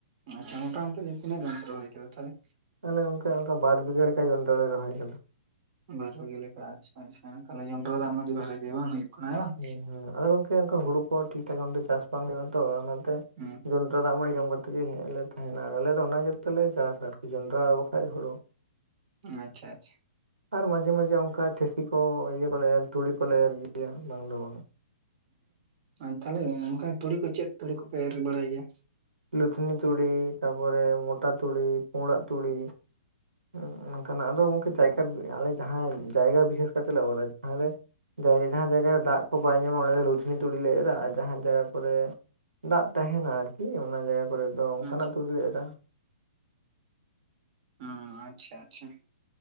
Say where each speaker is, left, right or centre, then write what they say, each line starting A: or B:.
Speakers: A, on the right (about 40°); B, on the right (about 80°).
A: ᱟᱪᱪᱷᱟ ᱾ ᱢᱳᱴᱟᱢᱩᱴᱤ ᱛᱤᱱᱟᱹᱜ ᱜᱟᱱ ᱯᱮ ᱨᱚᱦᱚᱭ ᱠᱟᱫᱟ ᱛᱟᱦᱚᱞᱮ?
B: ᱟᱞᱮ ᱜᱚᱝᱠᱮ ᱚᱱᱠᱟ ᱵᱟᱨ ᱵᱤᱜᱷᱟᱹ ᱞᱮᱠᱟ ᱡᱚᱸᱰᱽᱨᱟ ᱞᱮ ᱨᱚᱦᱚᱭ ᱟᱠᱟᱫᱟ ᱾
A: ᱵᱟᱨ ᱵᱤᱜᱷᱟ ᱞᱮᱠᱟ ᱟᱪᱪᱷᱟ ᱟᱪᱪᱷᱟ᱾ ᱛᱟᱦᱚᱞᱮ ᱡᱚᱸᱰᱽᱨᱟ ᱫᱚ ᱟᱭᱢᱟ ᱜᱮ ᱵᱷᱟᱹᱞᱤ ᱜᱮ ᱵᱟᱝ ᱦᱩᱭᱩᱜ? ᱠᱟᱱᱟ ᱵᱟᱝ?
B: ᱦᱩᱸ ᱦᱩᱸ ᱟᱫᱚ ᱜᱚᱝᱠᱮ ᱚᱱᱠᱟ ᱦᱩᱲᱩ ᱠᱚ ᱴᱷᱤᱠ ᱴᱷᱟᱠ ᱛᱮ ᱪᱟᱥ ᱵᱟᱝ ᱦᱩᱭᱩᱜᱼᱟ ᱛᱚ ᱚᱱᱟᱛᱮ,
A: ᱦᱮᱸ᱾
B: ᱡᱚᱸᱰᱨᱟ ᱫᱟᱜ ᱢᱟᱹᱲᱤ ᱡᱚᱢ ᱠᱟᱛᱜ ᱜᱮ ᱦᱮᱸ ᱞᱮ ᱛᱟᱦᱮᱱᱟ, ᱟᱞᱮ ᱫᱚ ᱚᱱᱟ ᱜᱮ ᱛᱟᱞᱮ ᱪᱟᱥ ᱟᱨᱠᱤ ᱡᱚᱸᱰᱨᱟ ᱟᱨ ᱵᱟᱠᱷᱟᱡ ᱦᱳᱲᱳ᱾
A: ᱟᱪᱪᱷᱟ ᱟᱪᱪᱷᱟ᱾
B: ᱟᱨ ᱢᱟᱡᱷᱮ ᱢᱟᱡᱷᱮ ᱚᱱᱠᱟ ᱴᱷᱮᱥᱤ ᱠᱚ ᱤᱭᱟᱹ ᱠᱚᱞᱮ ᱮᱨ ᱛᱩᱲᱤ ᱠᱚᱞᱮ ᱮᱨ ᱜᱮᱭᱟ ᱵᱟᱝ ᱫᱚ ᱵᱟᱝᱟ
A: ᱦᱩᱸ ᱛᱟᱦᱚᱞᱮ ᱚᱱᱠᱟᱱ ᱛᱩᱲᱤ ᱠᱚ ᱪᱮᱫ ᱛᱩᱲᱤ ᱠᱚᱯᱮ ᱮᱨ ᱵᱟᱲᱟᱭ ᱜᱮᱭᱟ?
B: ᱞᱩᱛᱷᱱᱤ ᱛᱩᱲᱤ ᱛᱟᱯᱚᱨᱮ ᱢᱚᱴᱟ ᱛᱩᱲᱤ ᱯᱩᱲᱟᱜ ᱛᱩᱲᱤ᱾ ᱦᱩᱸ ᱚᱱᱠᱟ ᱱᱟᱜ ᱟᱫᱚ ᱜᱚᱢᱠᱮ ᱡᱟᱭᱜᱟ ᱟᱞᱮ ᱡᱟᱦᱟᱸ ᱡᱟᱭᱜᱟ ᱵᱤᱥᱮᱥ ᱠᱟᱛᱮ ᱞᱮ ᱮᱨᱟ᱾ ᱡᱟᱦᱟᱸᱨᱮ ᱡᱟᱭᱨᱮ ᱡᱟᱦᱟᱸ ᱡᱟᱭᱜᱟ ᱨᱮ ᱫᱟᱜ ᱠᱚ ᱵᱟᱭ ᱧᱟᱢᱟ ᱚᱸᱰᱮ ᱫᱚ ᱞᱩᱛᱷᱱᱤ ᱛᱩᱲᱤ ᱞᱮ ᱮᱨᱟ᱾ ᱟᱨ ᱡᱟᱦᱟᱸ ᱡᱟᱭᱜᱟ ᱠᱚᱨᱮ ᱫᱟᱜ ᱛᱟᱦᱮᱱᱟ ᱟᱨᱠᱤ ᱚᱱᱟ ᱡᱟᱭᱜᱟ ᱠᱚᱨᱮ ᱫᱚ ᱚᱱᱠᱟ
A: ᱟᱪᱪᱷᱟ
B: ᱱᱟᱜ ᱛᱩᱲᱤ ᱞᱮ ᱮᱨᱟ᱾
A: ᱦᱩᱸ ᱟᱪᱪᱷᱟ ᱟᱪᱪᱷᱟ ᱾